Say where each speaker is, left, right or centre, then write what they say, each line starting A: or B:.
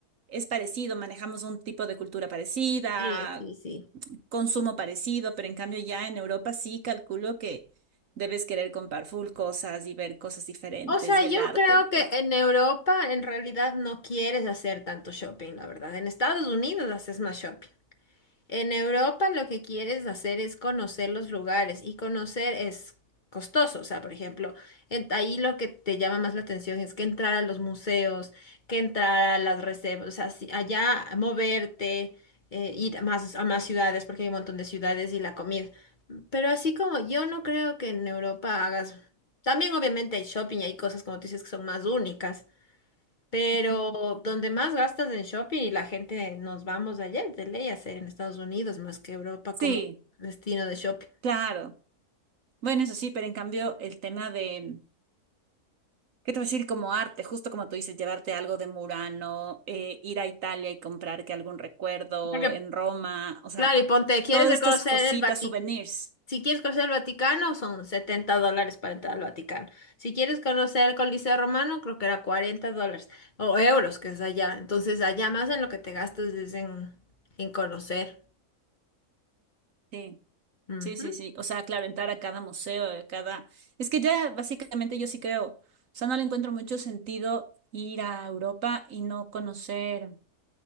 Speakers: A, on the right; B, on the left.
A: es parecido, manejamos un tipo de cultura parecida,
B: sí, sí, sí.
A: consumo parecido, pero en cambio ya en Europa sí calculo que debes querer comprar full cosas y ver cosas diferentes
B: O sea,
A: y
B: yo
A: el arte
B: creo
A: y todo.
B: que en Europa en realidad no quieres hacer tanto shopping, la verdad. En Estados Unidos haces más shopping. En Europa lo que quieres hacer es conocer los lugares y conocer es costoso. O sea, por ejemplo, en- ahí lo que te llama más la atención es que entrar a los museos, que entrar a las reservas, o sea, si- allá moverte, eh, ir a más, a más ciudades porque hay un montón de ciudades y la comida. Pero así como yo no creo que en Europa hagas. También obviamente hay shopping y hay cosas como tú dices que son más únicas. Pero
A: Ujú.
B: donde más gastas en shopping y la gente nos vamos allá, de ley a hacer en Estados Unidos más que Europa
A: Sí,
B: como destino de shopping.
A: claro. Bueno, eso sí, pero en cambio el tema de, ¿qué te voy a decir? Como arte, justo como tú dices, llevarte algo de Murano, eh, ir a Italia y comprar que algún recuerdo
B: Porque,
A: en Roma, o sea,
B: claro, y ponte, ¿quieres
A: todas
B: el
A: estas
B: conocer
A: cositas,
B: el Vaticano?
A: souvenirs.
B: Si quieres conocer el Vaticano, son 70 dólares para entrar al Vaticano. Si quieres conocer el Coliseo Romano, creo que era 40 dólares o euros, que es allá. Entonces, allá más en lo que te gastas es en, en conocer.
A: Sí.
B: Ujú,
A: Sí, sí, sí. O sea, claro, entrar a cada museo, a cada... Es que ya básicamente yo sí creo, o sea, no le encuentro mucho sentido ir a Europa y no conocer,